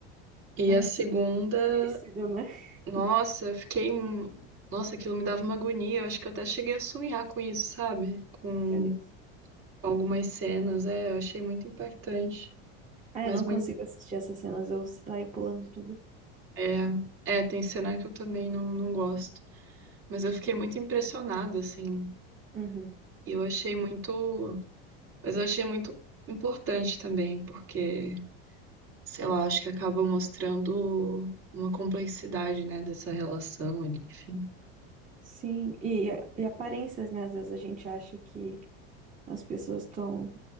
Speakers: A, on the right; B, on the right.
A: E
B: Ah,
A: a segunda,
B: sim. Merecido, né? <laughs>
A: nossa, eu fiquei. um- Nossa, aquilo me dava uma agonia. Eu acho que eu até cheguei a sonhar com isso, sabe? Com
B: Meu Deus.
A: algumas cenas. É, eu achei muito impactante.
B: Ah,
A: Mas
B: eu não
A: muito.
B: consigo assistir essas cenas, eu saio pulando tudo.
A: É, é, tem cena que eu também não, não gosto. Mas eu fiquei muito impressionada, assim.
B: Uhum.
A: E eu achei muito. Mas eu achei muito importante também, porque. sei lá, acho que acaba mostrando uma complexidade, né, dessa relação ali, enfim.
B: Sim, e, e aparências, né? Às vezes a gente acha que as pessoas estão